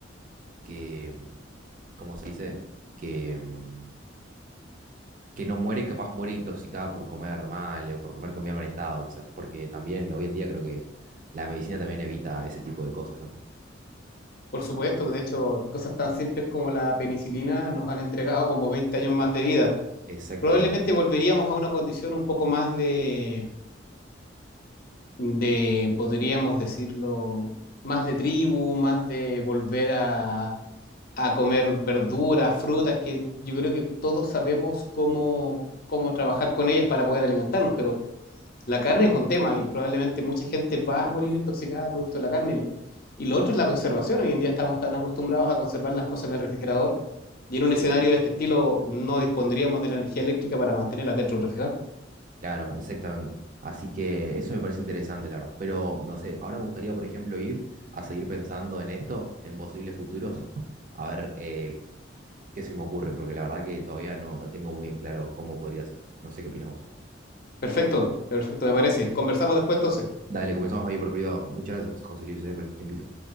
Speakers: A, on the right (about 45°); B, on the left (about 50°).
A: que, mm, ¿cómo se dice? Que, mm, que no muere, capaz muere intoxicada por comer mal o por comer comida en mal estado, quizás, porque también hoy en día creo que la medicina también evita ese tipo de cosas, ¿no?
B: Por supuesto. De hecho, cosas tan simples como la penicilina nos han entregado como 20 años más de vida.
A: Exactamente,
B: Probablemente volveríamos a una condición un poco más de, de, podríamos decirlo, más de tribu, más de volver a a comer verduras, frutas, que yo creo que todos sabemos cómo, cómo trabajar con ellas para poder alimentarnos, pero la carne es un tema y probablemente mucha gente va a morir intoxicada producto de la carne. Y lo, y lo otro es la conservación. Hoy en día estamos tan acostumbrados a conservar las cosas en el refrigerador y en un escenario de este estilo no dispondríamos de la energía eléctrica para mantenerlas dentro del refrigerador.
A: claro, exactamente. Así que eso me parece interesante, la verdad. Pero no sé, ahora me gustaría, por ejemplo, ir a seguir pensando en esto, en posibles futuros, a ver eh, qué se me ocurre, porque la verdad que todavía no, no tengo muy en claro cómo podría ser. No sé qué opinas vos.
B: Perfecto, perfecto, me parece. Conversamos después entonces.
A: Dale, comenzamos ahí por privado. Muchas gracias, José Luis, eh, por este tiempito.